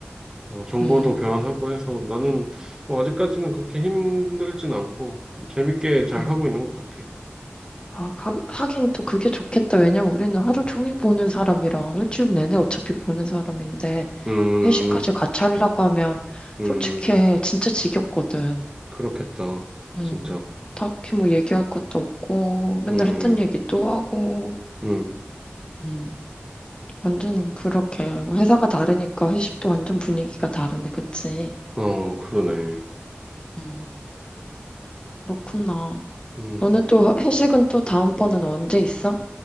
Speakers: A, on the right; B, on the left.
A: 어, 정보도
B: 음.
A: 교환하고 해서 나는 뭐 아직까지는 그렇게 힘들진 않고 좀 재밌게 잘
B: 음,
A: 하고 있는 것 같아.
B: 아, 하, 하긴 또 그게 좋겠다. 왜냐면 우리는 하루
A: 음,
B: 종일 보는 사람이랑 일주일 내내 어차피 보는 사람인데
A: 음,
B: 회식까지 같이 하려고 하면
A: 음,
B: 솔직히 진짜 지겹거든.
A: 그렇겠다.
B: 음,
A: 진짜.
B: 딱히 뭐 얘기할 것도 없고 맨날
A: 음,
B: 했던 얘기 또 하고.
A: 음,
B: 음, 완전 그렇게 회사가 다르니까 회식도 완전 분위기가 다르네, 그치?
A: 어, 그러네.
B: 음, 그렇구나.
A: 음,
B: 너네 또 회식은 또 다음번은 언제 있어?